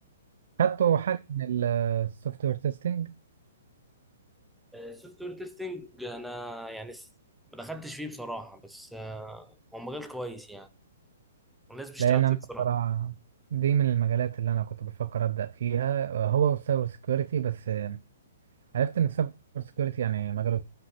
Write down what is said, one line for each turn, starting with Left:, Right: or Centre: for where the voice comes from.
Right: خدتوا حاجه من السوفت وير تيستنج
Centre: وسوفت وير تيستنج انا يعني س- ما دخلتش فيه بصراحة بس آه، هو مجال كويس يعني والناس بتشتغل
Right: لان انا
Centre: فيه بصراحة
Right: بصراحه دي من المجالات اللي انا كنت بفكر ابدا فيها آه، هو السايبر سكيورتي بس آه، عرفت ان السايبر سكيورتي يعني مجاله